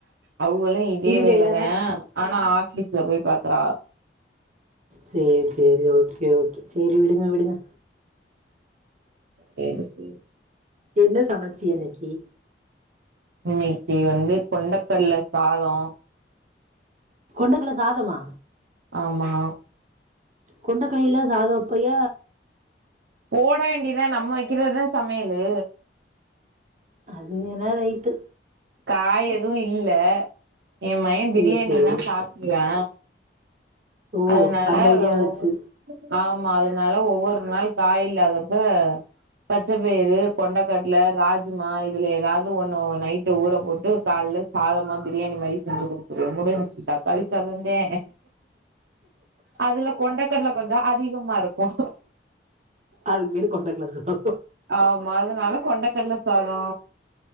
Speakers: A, on the right; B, on the right.
A: அவகளு இதே
B: இதுல
A: வேலதா
B: இடன
A: ஆனா ஆபீஸ்ல போய் பாக்குறா
B: சேர் சேர் ஓகே ஓகே சேரி விடுங்க விடுங்க
A: சேரி சேரி
B: என்ன சமைச்சுக இன்னிக்கு
A: இன்னைக்கு வந்து கொண்டக்கல்ல சாதம்
B: கொண்டக்கல்ல சாதமா
A: ஆமா
B: கொண்டக்கலையல்ல சாதம் வப்பைய
A: போட வேண்டியதா நம்ம வைக்கிறதுதா சமையலு
B: அது வேன்னா ரைய்டு
A: காய் எதும் இல்ல என் பைய பிரியாணினா
B: சேரி சேரி
A: சாப்டுவா
B: ஓ
A: அதனால
B: அந்த ஐடியா வச்சு
A: ஒவ்வொ ஆமா அதனால ஒவ்வொரு நாள் காய் இல்லாதப்ப பச்சைப்பயிரு கொண்டக்கடல ராஜ்மா இதுல ஏதாவது ஒண்ணு நைட்டு ஊற போட்டு கால்ல சாதமா பிரியாணி மாரி செஞ்சு கொடுத்துருவோ முடிஞ்சு தக்காளி சாதந்தே அதுல கொண்டக்கடல கொஞ்சோ அதிகமா இருக்கு
B: அதுக்கு பேரு கொண்டகல்ல சாதோ
A: ஆமா அதனால கொண்டக்கடல சாதோ